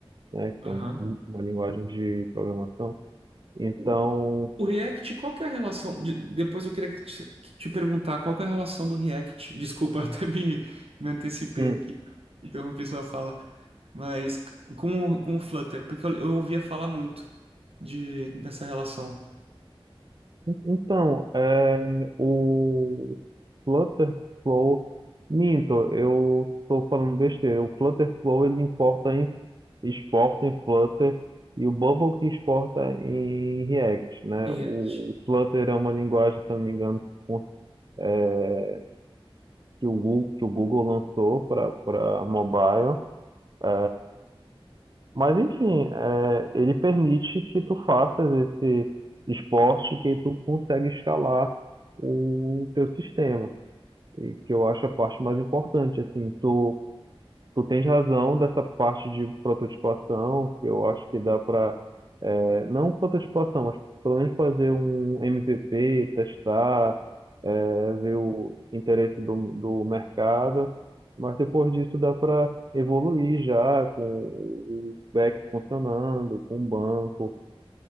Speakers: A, on the right; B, on the right.
A: né, que
B: Aham.
A: é um- uma linguagem de programação. Então,
B: O, o React, qual que é a relação? de- depois eu queria te, te perguntar qual que é a relação do React. <laughs> Desculpa, eu até me, me antecipei
A: hum,
B: aqui, interrompi sua fala. Mas com o, com o Flutter, porque eu, eu ouvia falar muito de, dessa relação.
A: Então, é, o Flutterflow, minto, eu estou falando besteira. O Flutterflow ele importa em, exporta em Flutter e o Bubble que exporta em React, né?
B: React.
A: O, o Flutter é uma linguagem, se eu não me engano, com- é, que o Google, que o Google lançou para para mobile. é, mas enfim, é, ele permite que tu faças esse esporte que tu consegue escalar o teu sistema, e que eu acho a parte mais importante, assim, tu tu tens razão dessa parte de prototipação, que eu acho que dá para, não prototipação, mas pelo menos fazer um MVP, testar, é, ver o interesse do, do mercado, mas depois disso dá para evoluir já com o back funcionando, com o banco.